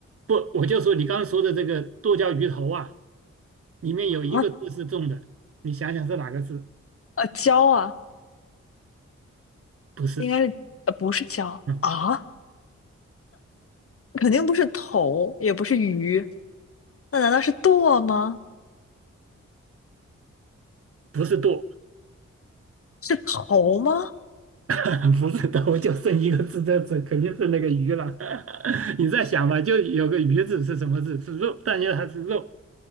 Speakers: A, on the right; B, on the left.
A: 不，我就说你刚刚说的这个剁椒鱼头啊。里面有一个字是重的，
B: 啊，
A: 你想想是哪个字？
B: 啊椒啊，
A: 不是，
B: 应该是呃不是椒啊，
A: 嗯，
B: 肯定不是头，也不是鱼，那难道是剁吗？
A: 不是舵，
B: 是头吗？
A: <laughs> 不是舵，就剩一个字在这，肯定是那个鱼了。<laughs> 你再想吧，
B: 是
A: 就有个鱼字是什么字？是肉，但因为它是肉。